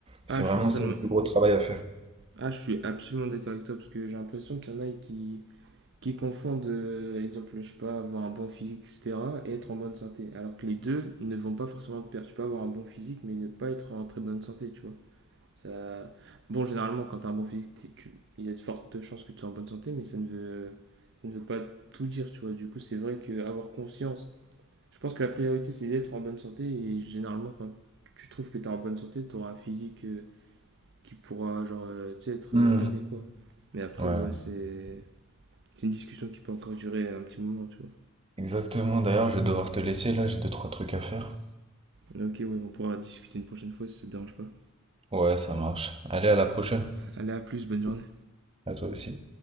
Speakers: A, on the right; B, on the right.
A: C'est
B: Ah,
A: vraiment
B: je suis totalement.
A: ça le plus gros travail à faire.
B: Ah, je suis absolument d'accord avec toi parce que j'ai l'impression qu'il y en a qui. qui confondent, euh, exemple, je sais pas, avoir un bon physique, etc., et être en bonne santé. Alors que les deux ne vont pas forcément de pair. Tu peux avoir un bon physique, mais ne pas être en très bonne santé, tu vois. Ça... Bon, généralement, quand tu as un bon physique, tu- il y a de fortes chances que tu sois en bonne santé, mais ça ne veut, ça ne veut pas tout dire, tu vois. Du coup, c'est vrai qu'avoir conscience, je pense que la priorité, c'est d'être en bonne santé, et généralement, quand tu trouves que tu es en bonne santé, tu auras un physique euh, qui pourra, genre, euh, tu sais, être
A: Hmm.
B: euh, adéquat. Mais après,
A: Ouais, ouais.
B: ouais, c'est c'est une discussion qui peut encore durer un petit moment, tu vois.
A: Exactement, d'ailleurs, je vais devoir te laisser là, j'ai deux, trois trucs à faire.
B: ok, ouais, on pourra discuter une prochaine fois si ça te dérange pas.
A: Ouais, ça marche. Allez, à la prochaine.
B: Allez, à plus, bonne journée.
A: À toi aussi.